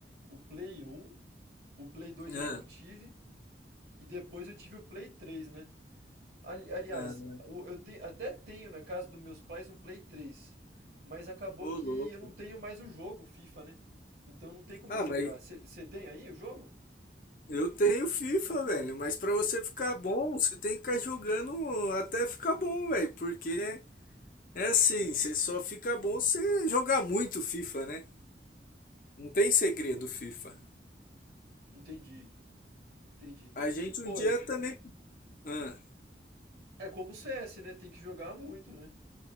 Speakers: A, on the right; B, on the left.
A: o Play um, o Play dois
B: Ah,
A: eu não tive, e depois eu tive o Play 3, né? Ali- Aliás,
B: ah,
A: o- eu te- até tenho na casa dos meus pais um Play 3, mas acabou
B: ô,
A: que
B: louco.
A: eu não tenho mais o jogo FIFA, né? Então não tem como
B: Ah,
A: eu jogar.
B: mas
A: Você tem aí o jogo?
B: eu tenho FIFA, velho. Mas pra você ficar bom, você tem que ficar jogando até ficar bom, velho. Porque é assim, você só fica bom se jogar muito FIFA, né? Não tem segredo FIFA.
A: Entendi, entendi.
B: A gente um
A: Pô,
B: dia
A: é, co-
B: também. Ah.
A: é como o CS, né? Tem que jogar muito, né?